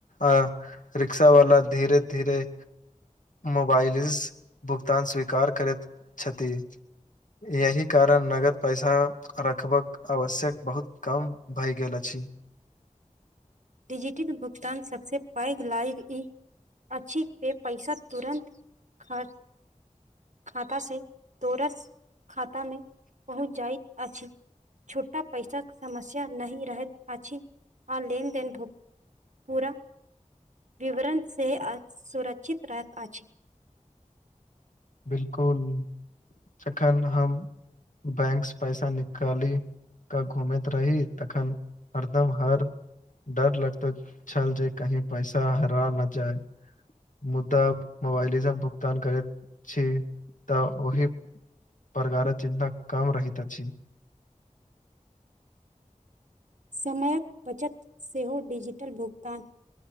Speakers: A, on the left (about 75°); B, on the right (about 65°).
A: आ रिक्सा वला धीरे धीरे मोबाइलिस भुगतान स्वीकार करति छथि यही कारण नगद पैसा रखबक आवश्यक बहुत कम भए गेल अछि
B: डिजिटल भुगतान सबसे पैघ लाइव ई अछि पे पैसा तुरन्त <inaudible> खर्च खाता से तोरस खाता में पहुँच जाइत अछि छूटा पैसा कऽ समस्या नहीं रहैत अछि आ लेनदेन भू <inaudible> पूरा <inaudible> विवरण से आ सुरक्षित रहैत अछि
A: बिल्कुल जखन हम बैंक स पैसा निकाली तऽ घूमैत रही तखन हरदम हर डर लगत छल जे कही पैसा हरा न जाय मुद्दा मोबाइलिजम भुगतान करैत छी तऽ ओहि <inaudible> प्रकारे चिन्ता कम रहित अछि
B: समय कऽ बचत सेहो डिजिटल भुगतान